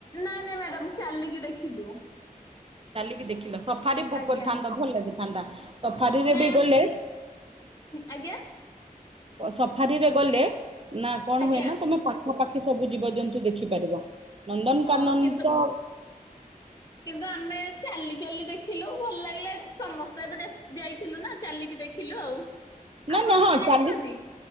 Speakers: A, on the left; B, on the right.
A: ନାଇଁ ନାଇଁ ମ୍ୟାଡାାମ ଚାଲିକି ଦେଖିଲୁ।
B: ଚାଲିକି ଦେଖିଲ ସଫାରି ବୁକ୍
A: ଆଜ୍ଞା।
B: କରିଥାନ୍ତ ଭଲ ଲାଗି ଚାନ୍ଦା ସଫାରିରେ
A: ନାଇଁ
B: ବି ଗଲେ
A: ଆଜ୍ଞା
B: ସଫାରିରେ ଗଲେ ନା କଣ
A: ଆଜ୍ଞା
B: ହୁଏ
A: ଆଜ୍ଞା
B: ନା ତମେ ପାଖାପାଖ ସବୁ ଜୀବଜନ୍ତୁ ଦେଖିପାରିବ। ନନ୍ଦନକାନନ
A: ହଁ କିନ୍ତୁ
B: ତ
A: କିନ୍ତୁ ଆମେ ଚାଲି ଚାଲି ଦେଖିଲୁ ଭଲ ଲାଗିଲା। ସମସ୍ତେ ଆଗ ଯା ଯାଇଥିଲୁ ନା ଚାଲିକି ଦେଖି ଦେଖିଲୁ ଆଉ
B: ନା
A: ଆପଣ
B: ନା ହଁ
A: କେବେ ଯାଇଛନ୍ତି।
B: ଚାଲି